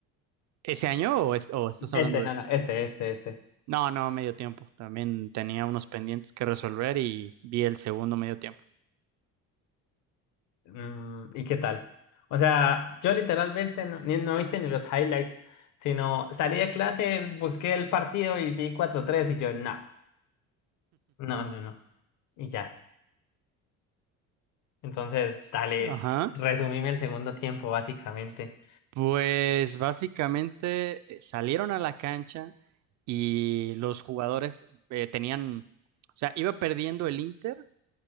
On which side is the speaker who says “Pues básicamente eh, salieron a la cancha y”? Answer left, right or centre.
Right